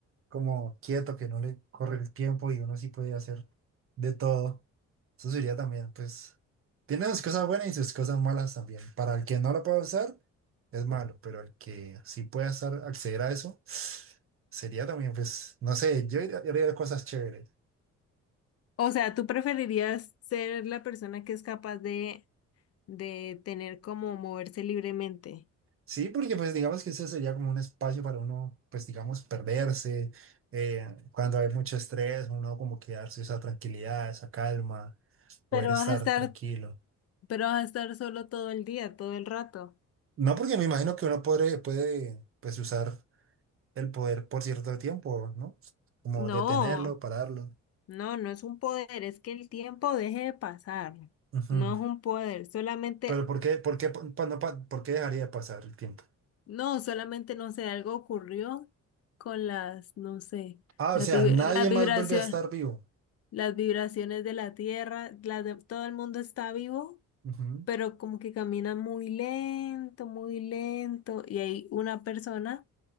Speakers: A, on the right; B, on the left.
A: como quieto, que no le corre el tiempo y uno sí puede hacer de todo. Eso sería también, pues, tiene sus cosas buenas y sus cosas malas también. Para el que no lo pueda usar, es malo, pero el que sí pueda estar, acceder a eso, <sniffs> sería también, pues, no sé, yo haría yo haría cosas chéveres.
B: O sea, ¿tú preferirías ser la persona que es capaz de, de tener como moverse libremente?
A: Sí, porque pues digamos que ese sería como un espacio para uno, pues digamos, perderse. eh, cuando hay mucho estrés, uno como que darse esa tranquilidad, esa calma, poder
B: Pero
A: estar
B: vas a estar,
A: tranquilo.
B: pero vas a estar solo todo el día, todo el rato.
A: No porque me imagino que uno puede, puede pues usar el poder por cierto tiempo, ¿no? Como
B: No,
A: detenerlo, pararlo.
B: no, no es un poder, es que el tiempo deje de pasar.
A: Ujú.
B: No es un poder, solamente
A: Pero ¿por qué, por qué, pa- pa- no pa- por qué dejaría de pasar el tiempo?
B: No, solamente no sé, algo ocurrió con las, no sé,
A: Ah,
B: las,
A: o sea, nadie
B: vibraciones,
A: más vuelve a estar vivo.
B: las vibraciones de la tierra, las de, todo el mundo está vivo,
A: Ujú,
B: pero como que camina muy lento, muy lento, y hay una persona